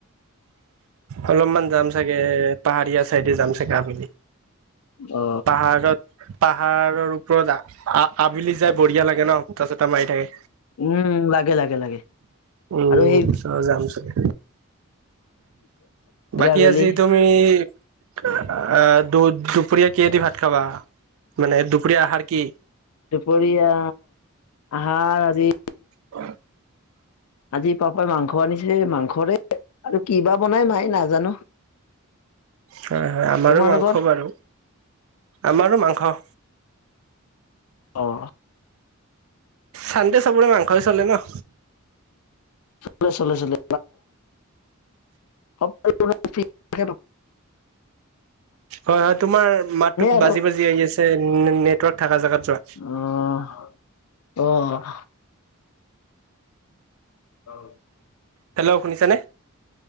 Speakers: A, on the right; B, on the left.
A: অলপমান যাম চাগে পাহাৰীয়া চাইডে যাম চাগে আবেলি।
B: অ
A: পাহাৰত পাহাৰৰ ওপৰত। আবেলি যাই বঢ়িয় লে ন তা চ এতা মাৰি থাকে।
B: উম লাগে লাগে লাগে
A: উম
B: আৰু সেই
A: যাম চাগে।
B: লাগে
A: বাকী
B: আবেলি
A: আজি তুমি অঁহ। দু দুপৰীয়া কিদি ভাত খাবা মানে দুপৰীয়া আহাৰ কি।
B: দুপৰীয়া আহাৰ আজি।
A: হয়।
B: আজি পাপাই মাংস আনিছে মাংসৰে। আৰু কিবা বনাই মাই নাজানো?
A: হয় হয় আমাৰো
B: তোমালোকৰ
A: মাংস বাৰু আমাৰো মাংস।
B: অ'
A: চানন্তে সবুৰে মাংস বি চৰলে ন।
B: চলে চলে চলে। হঁ তাকেই তো
A: হয় হয় তোমাৰ মাততোক
B: আৰু
A: বাজি বাজি আহি আছে নেটৱৰ্ক থকা জেগাত। যোৱা
B: আহ আহ। অঁ।
A: হেল্ল' শুনিছ নে।